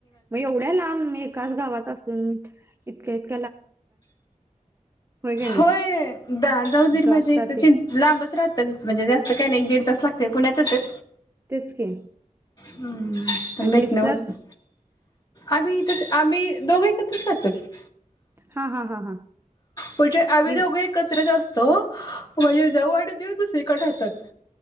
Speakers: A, on the right; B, on the left.
A: म एवढ्या लांब एकाच गावात असून इतक होय की नाही
B: होय जा जाऊ दिर
A: जॉबसाठी
B: माझे लांबच राहतात म्हणजे जास्त काय नाही एक दीड तास.. फक्ते पुण्यातचेत
A: तेच की
B: हम्म पण
A: आणि
B: भेटण
A: मिस्टर
B: होत... आम्ही इथंच आम्ही दोघं एकत्रच राहातो की...
A: हा हा हा हा
B: म्हणजे आम्ही
A: मी
B: दोघं एकत्रच असतो... म्हणजे जाऊ आणी दिर बस एकञ राहतात...